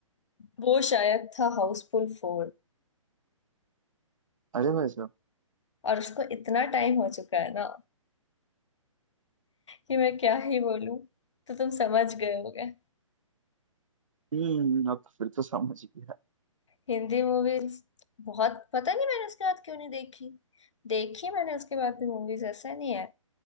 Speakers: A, on the left; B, on the right.
A: वो शायद था हाउसफुल फोर
B: अरे भाई साहब
A: और उसको इतना टाइम हो चुका है ना कि मैं क्या ही बोलूं तो तुम समझ गए होगे
B: हम्म अब तो फिर तो समझ गया
A: हिंदी मूवीज बहुत पता नहीं मैंने उसके बाद क्यों नहीं देखी देखी मैंने उसके बाद भी मूवीज ऐसा नहीं है